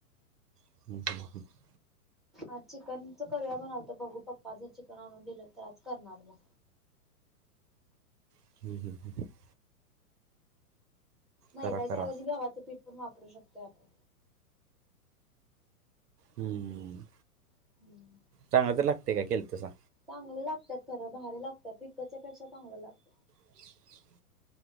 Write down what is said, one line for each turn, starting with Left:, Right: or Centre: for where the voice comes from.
Right: <inaudible>
Centre: आज चिकनच करूया म्हणालतो बघू पप्पा जर चिकन आणून दिलं तर आज करणार म
Right: <inaudible>
Centre: मैद्याच्या
Right: करा करा
Centre: ऐवजी गव्हाचं पीठ पण वापरू शकतोय आपण.
Right: हम्म
Centre: आपण
Right: चांगलं तर लागतय का? केलतसा
Centre: चांगलं लागतात खरं भारी लागतात विकतच्या पेक्षा चांगलं लागत.
Right: <inaudible>